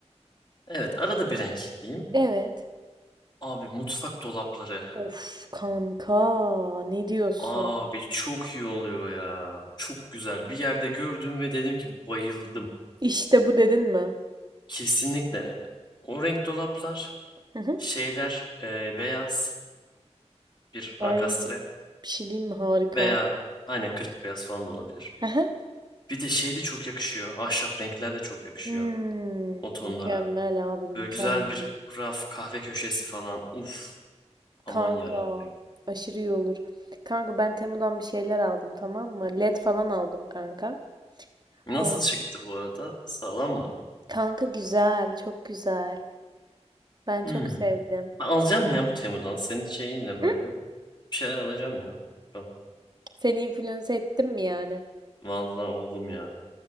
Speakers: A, on the left; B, on the right.
A: evet arada bir renk diyeyim.
B: Evet.
A: Abi mutfak dolapları.
B: Of kanka ne diyorsun?
A: Abi çok iyi oluyor ya. Çok güzel. Bir yerde gördüm ve dedim ki bayıldım.
B: İşte bu dedin mi?
A: Kesinlikle. O renk dolaplar
B: Hı hı.
A: şeyler e, beyaz bir ankastre
B: Ay bir şey diyeyim mi? Harika.
A: veya aynen kırık beyaz falan da olabilir.
B: Aha.
A: Bir de şey de çok yakışıyor. Ahşap renkler de çok yakışıyor
B: Hmm,
A: o tonlara.
B: mükemmel abi mükemmel.
A: Böyle güzel bir raf kahve köşesi falan. Uf Aman
B: Kanka
A: ya Rabbim.
B: aşırı iyi olur. Kanka ben Temu'dan bir şeyler aldım tamam mı? LED falan aldım kanka.
A: Nasıl
B: O
A: çıktı bu arada? Sağlam mı?
B: kanka güzel çok güzel. Ben
A: Hmm.
B: çok sevdim.
A: Ben alacağım ya bu Temu'dan. Senin şeyinle böyle.
B: Hı?
A: Bir şeyler alacağım ya. Bakalım.
B: Seni influence ettim mi yani?
A: Vallahi oldum ya.